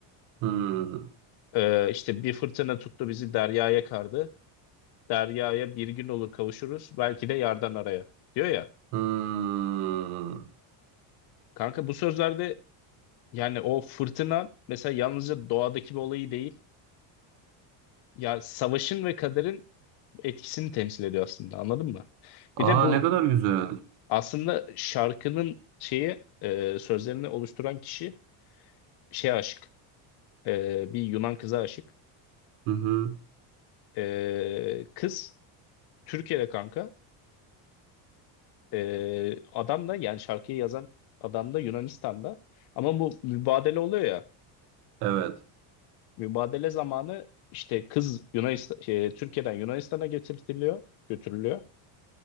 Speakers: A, on the right; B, on the left.
A: Hmm.
B: Ee, işte bir fırtına tuttu bizi deryaya kardı. Deryaya bir gün olur kavuşuruz. Belki de yardan araya diyor ya.
A: Hmm.
B: Kanka bu sözlerde yani o fırtına mesela yalnızca doğadaki bir olayı değil. Ya savaşın ve kaderin etkisini temsil ediyor aslında anladın mı?
A: Aa
B: Bir de bu
A: ne kadar güzel.
B: aslında şarkının şeyi e, sözlerini oluşturan kişi şeye aşık. E, bir Yunan kıza aşık.
A: Hı hı.
B: E, kız Türkiye'de kanka. Ee, adam da yani şarkıyı yazan adam da Yunanistan'da. Ama bu mübadele oluyor ya.
A: Evet.
B: Mübadele zamanı işte kız Yunanistan, şey, Türkiye'den Yunanistan'a getirtiliyor, götürülüyor.